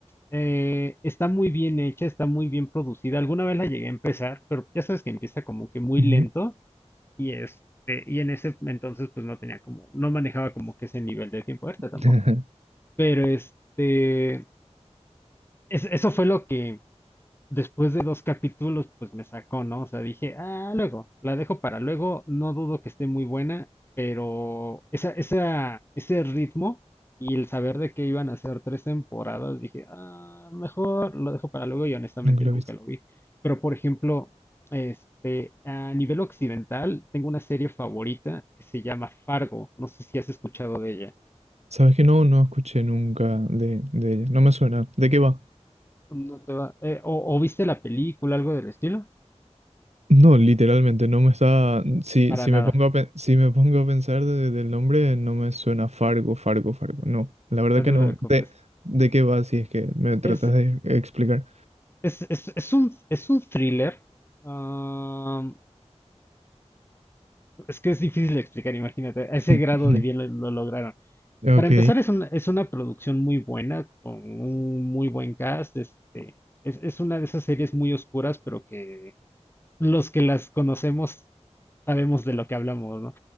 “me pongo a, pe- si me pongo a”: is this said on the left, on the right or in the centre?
Right